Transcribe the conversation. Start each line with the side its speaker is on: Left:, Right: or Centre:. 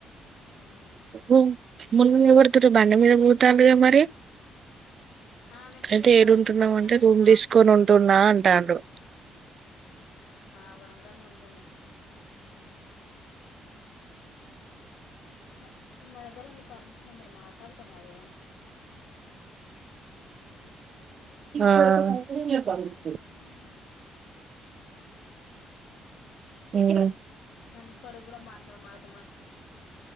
Left: ఉమ్
Right: ఒ మొన్ననె ఎవర్తోటో బండి మీద పోతాండుగా మరి
Left: ఆయనకి
Right: అయితే ఏడుంటున్నవంటే
Left: లవ్ ఉంది అండ్
Right: రూమ్ తీసుకొని ఉంటున్నా అన్ టాండు
Left: ఆ వరంగల్ల వుంటుండు న నా దగ్గర ఉంది పరమేష్ నంబరు మాట్లాడుతున్నారు
Right: ఆ
Left: ఉమ్
Right: ఉమ్
Left: నన్నీప్పడిగ్గుడ మాడ్తలేవ్ మాడ్తలేవ్